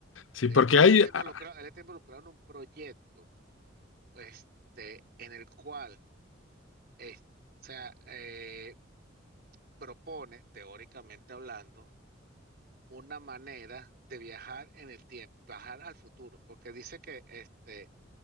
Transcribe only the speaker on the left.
sí,
porque
hay.
ah,